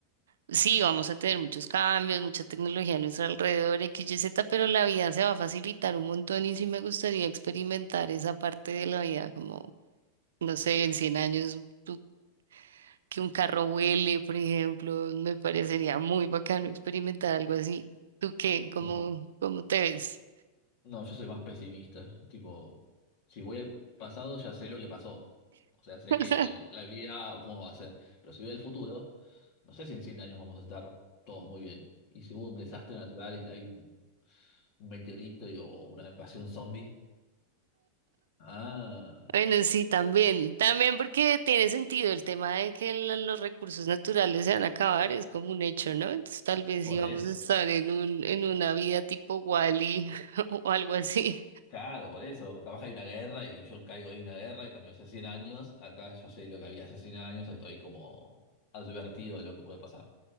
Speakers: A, on the right; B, on the left.
A: sí vamos a tener muchos cambios, mucha tecnología a nuestro alrededor, X, Y, Z, pero la vida se va a facilitar un montón y sí me gustaría experimentar esa parte de la vida, como, no sé, en 100 años tú- que un carro vuele, por ejemplo, me parecería muy bacano experimentar algo así. ¿Tú qué? ¿Cómo,
B: Ay,
A: cómo te ves?
B: No, yo soy más pesimista. Tipo, si voy al pasado ya sé lo que pasó. O sea, sé
A: <laughs>
B: que la vida cómo va a ser. Pero si voy al futuro, no sé si en 100 años vamos a estar todos muy bien. Y si hubo un desastre natural, y hay un meteorito y- o una invasión zombie. Ah,
A: Bueno, sí, también, también porque tiene sentido el tema de que la- los recursos naturales se van a acabar, es como un hecho, ¿no? Entonces tal vez
B: por
A: íbamos
B: eso.
A: a estar en un, en una vida tipo Wally <laughs> o algo así.
B: Claro, por eso, capaz hay una guerra y yo caigo en una guerra y cambió hace 100 años, acá yo sé lo que había hace 100 años, estoy como advertido de lo que puede pasar.